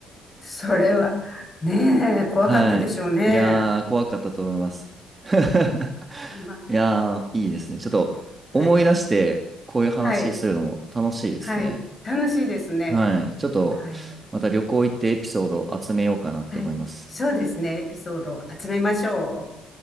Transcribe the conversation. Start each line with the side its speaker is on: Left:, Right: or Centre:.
Left: それは、ねえ、怖かったでしょうね。
Right: はい。いやー、怖かったと思います。<laughs>
Left: ええ。まあ、
Right: いやー、いいですね。ちょっと思い出して、
Left: はい。
Right: こういう話するのも楽しいですね。
Left: はい。はい。楽しいですね。
Right: はい。ちょっと、
Left: はい。
Right: また旅行行ってエピソード集めようかなって思います。
Left: はい。そうですね。エピソードを集めましょう。